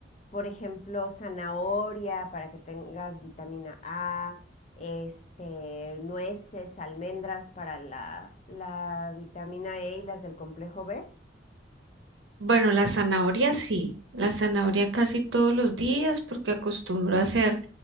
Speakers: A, on the left; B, on the right.
A: por ejemplo, zanahoria para que tengas vitamina A, este, nueces, almendras para la, la vitamina E y las del complejo B?
B: Bueno, la zanahoria sí, la zanahoria casi todos los días porque acostumbro a hacer